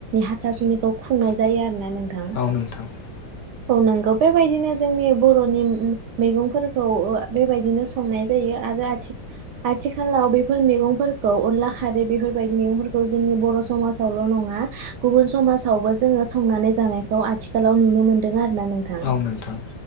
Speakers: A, on the right (about 70°); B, on the left (about 65°).
A: हाथासुनिखौ खुंनाय जायो आरो ना नोंथाङा
B: औ नोंथां
A: औ नांगौ बेबायदिनो जोंनि बर'नि मैगंफोरखौ बेबायदिनो संनाय जायो आरो आ आथिखालाव बेफोर मैगंफोरखौ अनला खारै बेफोरबायदि मैगंफोरखौ जोंनि बर' समाजावल' नङा गुबुन समाजावबो जोङो संनानै जानायखौ आथिखालाव नुनो मोनदों आरो ना नोंथां
B: औ नोंथां